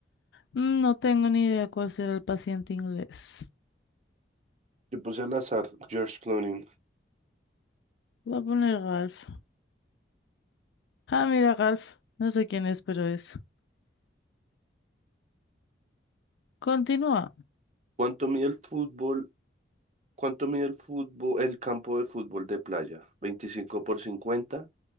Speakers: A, on the left (about 75°); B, on the right (about 40°).
A: Mm, No tengo ni idea cuál será el paciente inglés.
B: Yo puse al azar George Clooney.
A: Voy a poner Ralph. Ah, mira, Ralph. No sé quién es, pero es. Continúa.
B: ¿Cuánto mide el fútbol? ¿Cuánto mide el fútbol, el campo de fútbol de playa? 25 por 50,